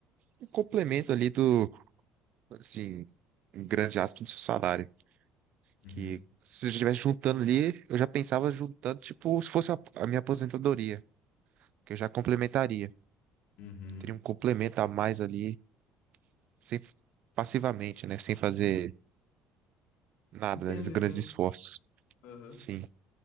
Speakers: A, on the right (about 60°); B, on the left (about 75°).
A: um complemento ali do, assim, em grande aspas do seu salário.
B: uhum,
A: Que se eu estivesse juntando ali, eu já pensava juntando, tipo, se fosse a, a minha aposentadoria, que eu já complementaria.
B: uhum.
A: Teria um complemento a mais ali, sem, passivamente, né? Sem fazer nada,
B: Entendo,
A: né, de grandes
B: entendo.
A: esforços.
B: Aham.
A: Sim.